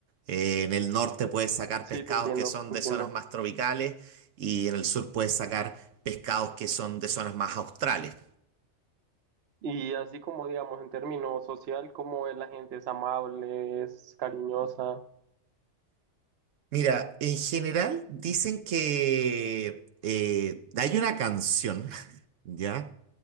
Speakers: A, on the right; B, on the right.
A: Eh, en el norte puedes sacar
B: Sí,
A: pescados
B: te entiendo,
A: que son
B: te
A: de
B: entiendo.
A: zonas más tropicales y en el sur puedes sacar pescados que son de zonas más australes.
B: Y así como, digamos, en términos social, cómo es la gente, es amable, es cariñosa.
A: Mira, en general dicen que eh, hay una canción, <laughs> ¿ya?